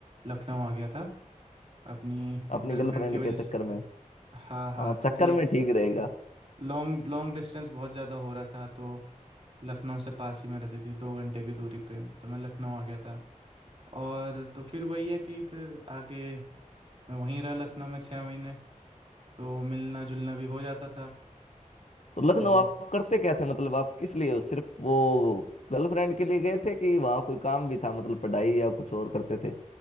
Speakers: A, on the right; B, on the left.
A: लखनऊ आ गया था अपनी
B: अपनी
A: गर्लफ्रेंड
B: गर्लफ्रेंड
A: की वजह
B: के
A: से
B: चक्कर में
A: हाँ हाँ
B: हाँ
A: क्योंकि
B: चक्कर में ठीक रहेगा
A: लॉन्ग लॉन्ग डिस्टेंस बहुत ज़्यादा हो रहा था तो लखनऊ से पास ही में रहती थी दो घंटे की दूरी पे तो मैं लखनऊ आ गया था और तो फिर वही है कि फिर आगे मैं वहीं रहा लखनऊ में छः महीने तो मिलना जुलना भी हो जाता था
B: तो लखनऊ
A: तो
B: आप करते क्या थे मतलब आप किस लिए सिर्फ वो गर्लफ्रेंड के लिए गए थे कि वहाँ कोई काम भी था मतलब पढ़ाई या कुछ और करते थे